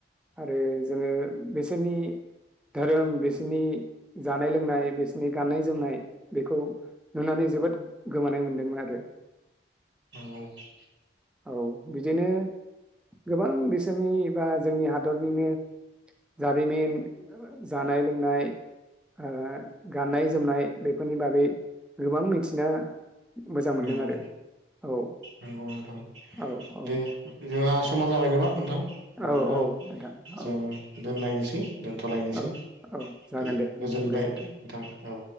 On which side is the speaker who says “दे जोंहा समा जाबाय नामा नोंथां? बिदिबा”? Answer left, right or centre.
Right